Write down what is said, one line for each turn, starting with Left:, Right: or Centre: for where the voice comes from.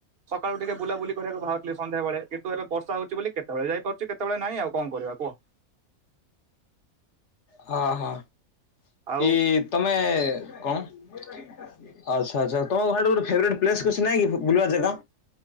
Right: ସକାଳୁ ଟିକେ ବୁଲାବୁଲି କରିବାକୁ ବାହାରୁଥିଲି ସନ୍ଧ୍ୟାବେଳେ କିନ୍ତୁ ଏବେ ବର୍ଷା ହଉଚି ବୋଲି କେତେ କେତେବେଳେ ଯାଇ ପାରୁଚି କେତେବେଳେ ନାାଇଁ ଆଉ କଣ କରିବା କୁହ।
Left: ହଁ ହଁ
Right: ଆଉ
Left: ଇ ତମେ କଣ? ଆଛା ଆଛା ତମ ଗାଁ ଟି ଗୋଟେ ଫେବ୍ରେଟ ପ୍ଲେସ କିଛି ନାଇଁ କି ବୁଲିବା ଜାଗା।